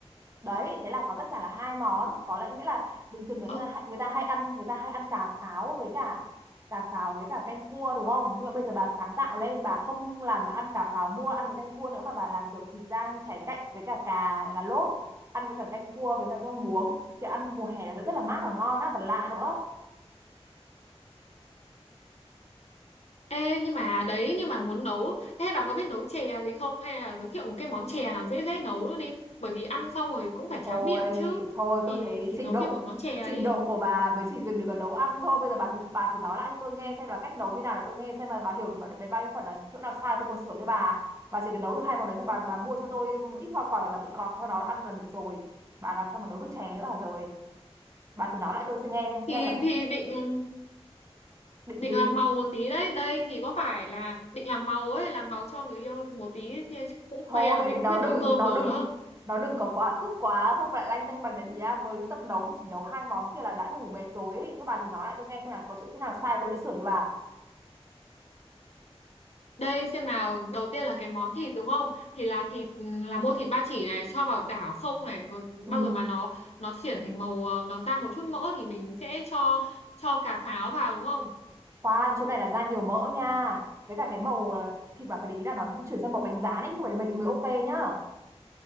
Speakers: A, on the right (about 30°); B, on the left (about 80°).
A: đấy thế là có tất cả là hai món có lẽ nghĩa là bình thường người
B: ơ
A: ta người ta hay ăn người ta hay ăn cà pháo với cả cà pháo với cả canh cua đúng không nhưng mà bây giờ bà sáng tạo lên bà không làm ăn cà pháo mua ăn với canh cua nữa mà bà làm kiểu thịt rang cháy cạnh với cả cà là lốt ăn với cả canh cua với cả rau muống thì ăn mùa hè nó rất là mát và ngon rất là lạ nữa
B: ê nhưng mà đấy nhưng mà muốn nấu ê bà có biết nấu chè gì không hay là giới thiệu một cái món chè nào dễ dễ nấu nữa đi bởi vì ăn xong rồi cũng phải
A: thôi
B: tráng miệng chứ
A: thôi tôi
B: thì
A: thấy
B: thì
A: trình
B: nấu
A: độ
B: thêm một món chè
A: trình
B: đi
A: độ của bà mới chỉ dừng được ở nấu ăn thôi bây giờ bà thử bà thử nói lại cho tôi nghe xem là cách nấu như nào để tôi nghe xem là bà hiểu được bà- đến bao nhiêu phần là chỗ nào sai tôi còn sửa cho bà bà chỉ cần nấu được hai món đấy xong bà bà mua cho tôi ít hoa quả để bà tự gọt cho nó ăn là được rồi bà làm sao mà nấu được chè nữa hả rồi bà thử nói lại tôi sẽ nghe xem
B: thì
A: xem là
B: thì định
A: định
B: định
A: gì
B: làm màu một tí đấy đây thì có phải là định làm màu ấy làm màu cho người yêu một tí ấy, xem cũng khoe
A: thôi
B: là mình cũng
A: nó
B: biết
A: đừng
B: nấu cơm
A: nó
B: đồ
A: đừng
B: đó
A: nó đừng có quá sức quá không lại lanh tanh bành để bía mới tập nấu thì chỉ nấu hai món kia là đã đủ mệt rồi ấy. thôi bà thử nói lại tôi nghe xem là có chỗ chỗ nào sai tôi sẽ sửa cho bà
B: đây xem nào đầu tiên là cái món thịt đúng không thì là thịt ừ, là mua thịt ba chỉ này cho vào đảo không này rồi
A: Ừ.
B: bao giờ mà nó nó chuyển thành màu ờ, nó ra một chút mỡ thì mình sẽ cho cho cà pháo vào đúng không
A: khoan chỗ này là ra nhiều mỡ nha với cả cái màu là thịt bạn phải để ý là nó cũng chuyển sang màu cánh gián ấy không phải là mới, mới ok nhá